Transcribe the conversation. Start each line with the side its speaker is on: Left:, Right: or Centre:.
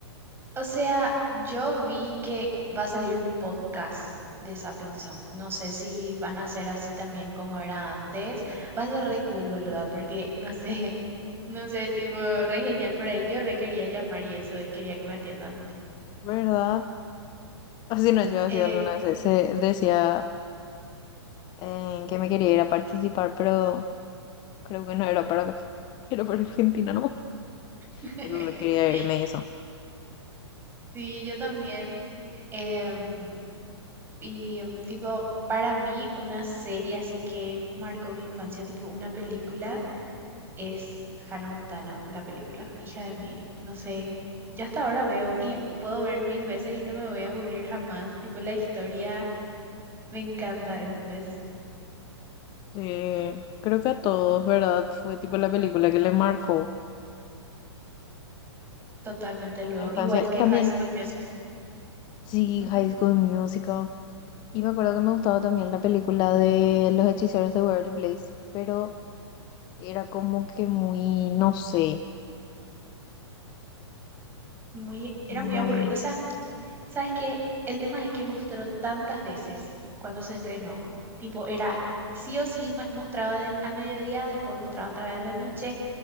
Right: O sea, yo vi que va a salir un podcast de Sapping Song. No sé si van a ser así también como era antes. Va a ser re cool, boluda, porque no sé, <laughs> no sé, tipo, re genial por ahí. Yo re quería llamar y eso, y quería que me atiendan.
Left: ¿Verdad? <laughs> Así no, yo decía
Right: Eh,
Left: alguna vez, se decía eh, que me quería ir a participar, pero creo que no era para, <laughs> era para Argentina, ¿no?
Right: <laughs>
Left: Pero quería irme y eso.
Right: sí, yo también. Em, y em, tipo, para mí, una serie así que marcó mi infancia, tipo una película. es Hannah Montana, la película, hija de Mil. No sé, yo hasta ahora veo y puedo ver mil veces y no me voy a aburrir jamás. Tipo, la historia me encanta, ¿entendés?
Left: sí creo que a todos, ¿verdad? Fue tipo la película que le marcó
Right: Totalmente luego.
Left: en la infancia.
Right: Igual que
Left: También,
Right: High School Musical.
Left: sí,
Right: Ujú.
Left: High School Musical. Y me acuerdo que me gustaba también la película de Los Hechiceros de Waverly Place, pero era como que muy, no sé,
Right: Muy, era
Left: muy,
Right: muy aburrido. O sea, ¿sabes qué? El tema es que mostró tantas veces cuando se estrenó. Tipo, era sí o sí ma- mostraba de- al mediodía, después mostraba otra vez a la noche.